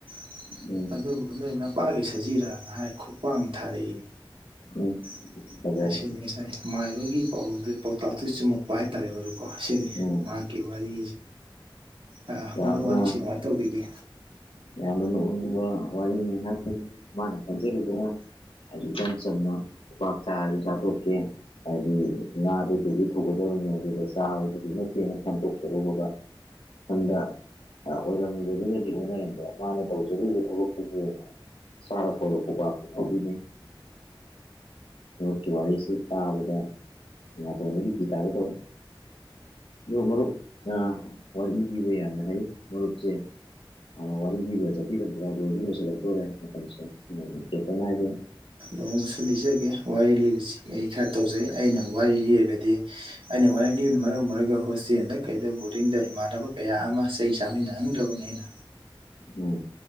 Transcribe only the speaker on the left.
ꯎꯝ
ꯎꯝ
ꯐꯖꯩ
ꯎꯝ
ꯌꯥꯝꯅ
ꯌꯥꯝꯅ ꯅꯣꯛꯅꯤꯡꯕ ꯋꯥꯔꯤꯅꯤ ꯍꯥꯏꯕꯗꯤ ꯃꯥꯅ ꯐꯥꯎꯖꯔꯤꯗꯅ ꯍꯥꯏꯗꯤ ꯏꯆꯝ ꯆꯝꯅ ꯄꯥꯥꯛ ꯆ ꯆ ꯊꯣꯛꯀꯦ ꯍꯥꯏꯗꯤ ꯉꯥꯗꯩ ꯀꯩꯗꯤ ꯊꯨꯒꯗꯧꯅꯦ ꯑꯗꯨꯗ ꯆꯥꯕꯗ ꯐꯖꯅ ꯄꯦꯟꯅ ꯐꯥꯝꯗꯣꯛꯆꯔꯨꯕꯒ ꯁꯗ ꯑꯣꯏꯗꯤꯕꯗꯤ ꯑꯣꯅꯔꯝꯕ ꯃꯥꯅ ꯇꯧꯖꯈꯤꯕ ꯊꯕꯛꯇꯨꯒꯤ ꯑꯣꯏꯅ ꯆꯥꯔꯛ ꯈꯣꯠꯂꯛꯄ ꯄꯥꯇꯅ ꯑꯗꯨꯅꯤ ꯅꯣꯀꯤ ꯋꯥꯁꯤ ꯇꯥꯕꯗ ꯏ ꯇꯅꯒꯤ ꯄꯤ ꯇꯦ ꯇꯋ ꯃꯔꯨꯞ ꯄꯕ ꯌꯥꯅ ꯍꯥꯏ ꯃꯔꯨꯞꯁꯦ ꯑꯅ ꯋꯥ ꯕ ꯆꯠꯄꯤꯔꯝꯗ꯭ꯔꯥ ꯂꯣꯏꯕꯤ ꯂꯣꯏꯁꯤꯜꯂꯛꯇꯣꯔꯦ ꯃꯇꯝꯁꯇ ꯍꯥꯏ
ꯎꯝ